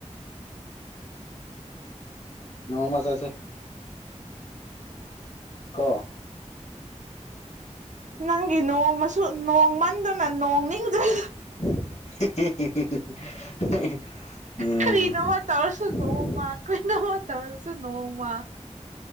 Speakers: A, on the left (about 65°); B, on the right (about 80°).
A: ꯅꯣꯡꯃ ꯆꯥꯠꯁꯦ ꯀꯣ
B: ꯅꯪꯒꯤ ꯅꯣꯡꯃꯁꯨ ꯅꯣꯡꯃꯟꯗꯨꯅ ꯅꯣꯡ ꯅꯤꯡꯗ꯭ꯔꯦ
A: ꯍꯦ ꯍꯦ ꯍꯦ ꯍꯦ
B: ꯀꯔꯤꯅꯣꯃ
A: ꯍꯦ
B: ꯇꯧꯔꯁꯨ
A: ꯎꯝ
B: ꯅꯣꯡꯃ <unintelligible> ꯇꯧꯔꯁꯨ ꯅꯣꯡꯃ